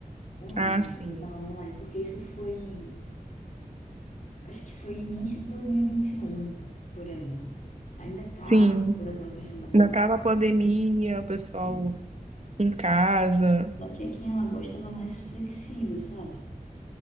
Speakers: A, on the left; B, on the right.
A: Online,
B: Ah, sim.
A: eu estava online, porque isso foi. acho que foi início de dois mil e e vinte e um por aí. Ainda Hum. tá
B: Sim.
A: toda aquela questão da
B: Ainda tava a pandemia, o pessoal
A: pandemia.
B: em casa.
A: Só que aqui em Alagoas estava mais flexível, sabe?